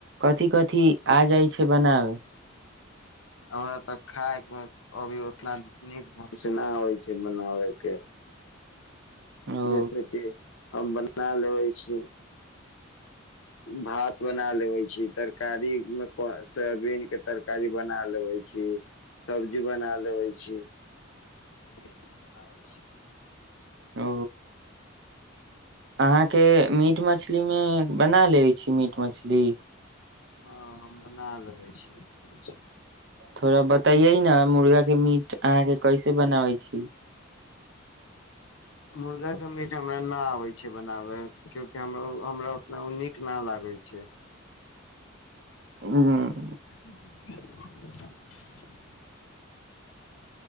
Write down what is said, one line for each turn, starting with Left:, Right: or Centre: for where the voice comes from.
Right: कथि कथि आ जाइ छै बनाबै
Left: हमरा तऽ खायके अभी उतना नीक ढंग से नहि आबै छै बनाबै के
Right: ओ
Left: जैसेकि हम बना लेबै छी भात बना लेबे छी तरकारी मे को सोबीनक के तरकारी बना लेबे छी सब्जी बना लेबे छी इह सब बनाबै छी
Right: ओ अहाँके मीट मछलीमे बना लेबै छी मीट मछली
Left: हँ हम बना लेबै छि
Right: थोड़ा बतैयै ने मुर्गा के मीट अहाँके कैसे बनाबै छी
Left: मुर्गाके मीट हमरा ना आबै छै बनाबय क्यूकि हम हमरा उतना ओ नीक नहि लागै छै
Right: हुँ
Left: ह